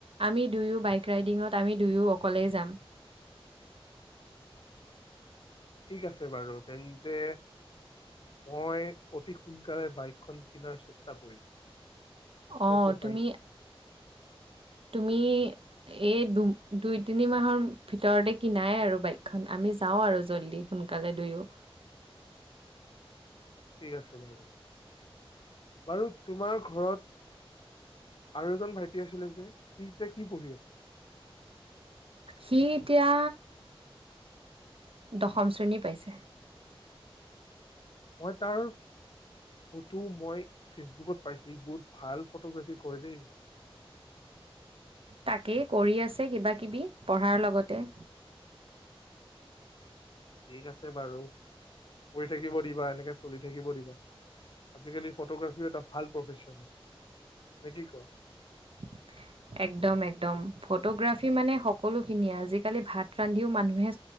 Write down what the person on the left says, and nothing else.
ঠিক আছে বাৰু তেন্তে মই অতি সোনকালে বাইকখন কিনাৰ চেষ্টা কৰিম।
যাতে
বাইক
ঠিক আছে বাৰু বাৰু তোমাৰ ঘৰত আৰু এজন ভাইটি আছিলে যে সি এতিয়া কি পঢ়ি আছে
মই তাৰ ফটো মই ফেচবুকত পাইছোঁ এইবোৰ ভাল ফটোগ্ৰাফী কৰে দেই
ঠিক আছে বাৰু কৰি থাকিব দিবা এনেকে চলি থাকিব দিবা। আজিকালি ফটোগ্ৰাফীও এটা ভাল প্ৰফেশচন নে কি কোৱা